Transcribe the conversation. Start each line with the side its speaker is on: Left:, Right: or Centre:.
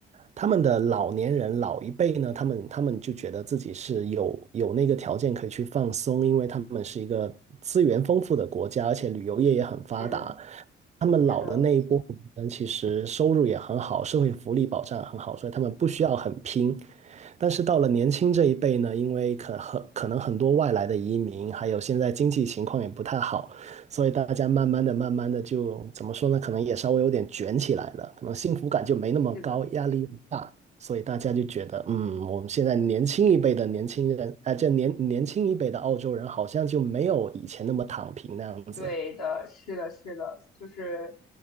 Right: 他们的老年人老一辈呢，他们他们就觉得自己是有有那个条件可以去放松，因为他们是一个资源丰富的国家，而且旅游业也很发达。
Left: 是
Right: 他们老的那一波人其实收入也很好，
Left: 是的，
Right: 社会福利保障很好，所以他们不需要很拼。但是到了年轻这一辈呢，因为可很可能很多外来的移民，还有现在经济情况也不太好，所以大家慢慢的、慢慢的就怎么说呢？可能也稍微有点卷起来了，可能幸福感就没那么高，
Left: 是的。
Right: 压力又大，所以大家就觉得，嗯，我们现在年轻一辈的年轻人，哎、这年年轻一辈的澳洲人好像就没有以前那么躺平那样子。
Left: 对的，是的，是的，就是